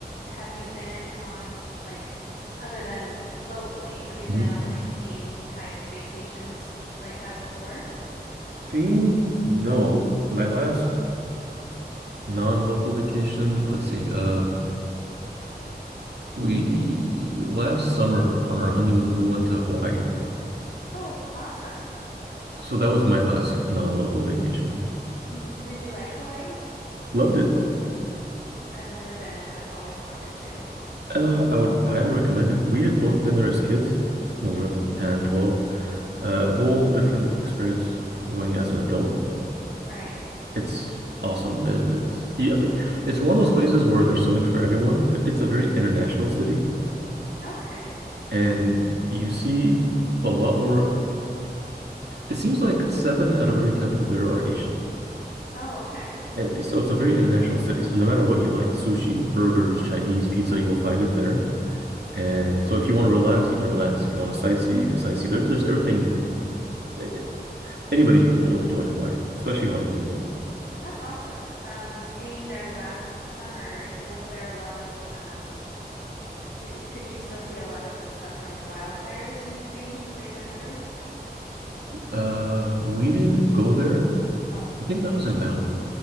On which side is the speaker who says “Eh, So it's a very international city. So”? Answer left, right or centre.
Right